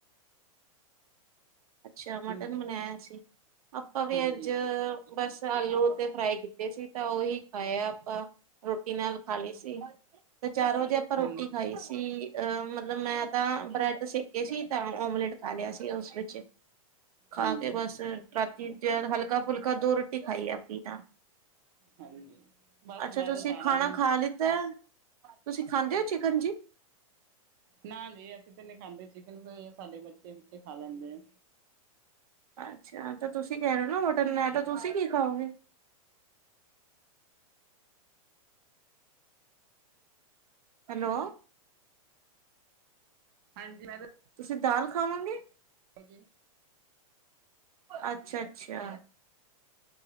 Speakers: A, on the right; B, on the right.
A: ਅੱਛਾ ਮਟਨ
B: ਹਾਂਜੀ
A: ਬਨਾਇਆ ਸੀ, ਆਪਾਂ ਵੀ
B: ਹਾਂਜੀ
A: ਅੱਜ ਬਸ, ਆਲੂ ਤੇ ਫ੍ਰਾਈ ਕੀਤੇ ਸੀ, ਤਾ ਓਹੀ ਖਾਏ ਆਪਾ। ਰੋਟੀ ਨਾਲ ਖਾ ਲਈ ਸੀ, ਤੇ ਚਾਰ ਵਜੇ ਆਪਾਂ ਰੋਟੀ
B: ਹਾਂ
A: ਖਾਈ ਸੀ। ਅ ਮਤਲਬ ਮੈਂ ਤਾਂ ਬ੍ਰੈਡ ਸੇਕੇ ਸੀ, ਤਾਂ ਓਮਲੇਟ ਖਾ ਲਿਆ ਸੀ। ਉਸ ਵਿੱਚ ਖਾ
B: ਹਾਂਜੀ
A: ਕੇ ਬਸ
B: ਹਾਂਜੀ
A: ਰਾਤੀ ਜ ਹਲਕਾ ਫੁਲਕਾ ਦੋ ਰੋਟੀ ਖਾਈ ਆ, ਆਪੀ ਤਾਂ
B: ਹਾਂਜੀ ਬਸ
A: ਅੱਛਾ
B: ਮੈਂ
A: ਤੁਸੀਂ
B: ਤਾਂ ਸਾਰਿਆਂ
A: ਖਾਣਾ
B: ਨੂੰ
A: ਖਾ ਲਿੱਤਾ, ਤੁਸੀਂ ਖਾਂਦੇ ਹੋ ਚਿਕਨ ਜੀ?
B: ਨਾ ਜੀ ਅਸੀਂ ਤਾਂ ਨਹੀਂ ਖਾਂਦੇ ਚਿਕਨ, ਕੋ ਸਾਡੇ ਬੱਚੇ-ਬੁਚੇ ਖਾ ਲੈਂਦੇ ਆ।
A: ਅੱਛਾ, ਤਾਂ ਤੁਸੀਂ ਕਹਿ ਰਹੇ ਨਾ ਹੋਟਲ ਨਾਲ ਤਾਂ ਤੁਸੀਂ ਕੀ ਖਾਓਗੇ। ਹੈਲੋ
B: ਹਾਂਜੀ ਮੈਂ,
A: ਤੁਸੀਂ ਦਾਲ ਖਾਵਾਂਗੇ।
B: ਹਾਜੀ,
A: ਅੱਛਾ-ਅੱਛਾ,